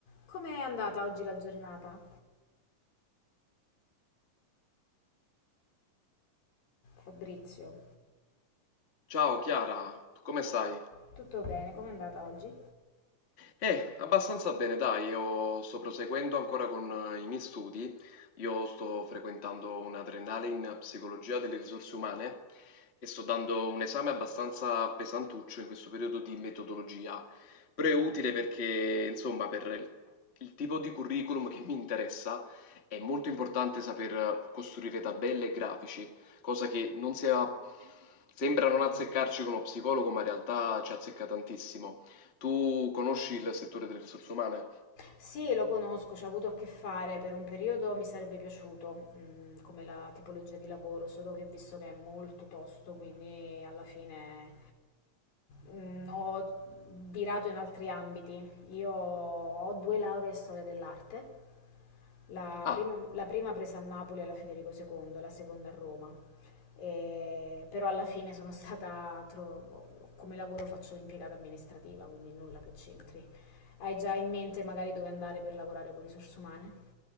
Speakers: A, on the left; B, on the left.
A: Com'è andata oggi la giornata, Fabrizio?
B: Ciao Chiara, come stai?
A: Tutto bene, com'è andata oggi?
B: Eh, abbastanza bene, dai, io sto proseguendo ancora con eh, i miei studi, io sto frequentando una triennale in psicologia delle risorse umane e sto dando un esame abbastanza pesantuccio in questo periodo di metodologia, però è utile perché, insomma, per il il tipo di curriculum che mi interessa è molto importante saper costruire tabelle e grafici, cosa che non sia... Sembra non azzeccarci con lo psicologo, ma in realtà ci azzecca tantissimo. Tu conosci il settore delle risorse umane?
A: Sì, lo conosco, ci ho avuto a che fare per un periodo, mi sarebbe piaciuto, mm, come la tipologia di lavoro, solo che ho visto che è molto tosto, quindi alla fine mm, ho virato in altri ambiti. Io ho due lauree in storia dell'arte La
B: Ah,
A: prima, la prima presa a Napoli alla Federico II, la seconda a Roma. Eh, però alla fine sono stata, tro- come lavoro faccio l'impiegata amministrativa, quindi nulla che c'entri. Hai già in mente magari dove andare per lavorare con risorse umane?